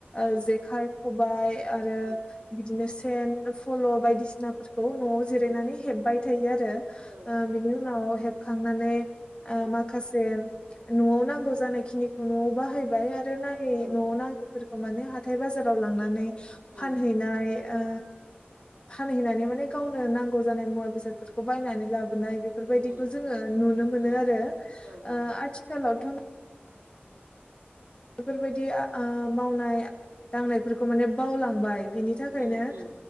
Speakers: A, on the right; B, on the left.
A: उम
B: ओ जेखाय, खबाय, आरो
A: उम
B: बिदिनो बेन फल' बायदिसिनाफोर खौ न'आव जिरायनानै
A: उम
B: हेबबाय थायो आरो।
A: औ
B: ओ बिनि उनाव खांनानै ओ
A: औ
B: माखासे न'आव नांगौ जानायनिखौ न'आव बाहायबाय आरो नाङै
A: औ
B: न'आव नाङैफोर खौ माने हाथाय बाजाराव लांनानै
A: उम
B: फानहैनाय ओ फानहैनानै माने गावनो नांगौ जानाय मुवा बेसादफोरखौ बायनानै लाबोनाय। बे बेफोरबायदिखौ
A: उम
B: जोङो नुनो मोनो
A: उम
B: आरो। ओ
A: औ औ
B: आथिखालावथ' बेफोरबायदि ओ मावनाय दांनायफोरखौ माने बावलांबाय। बिनि थाखायनो
A: उम उम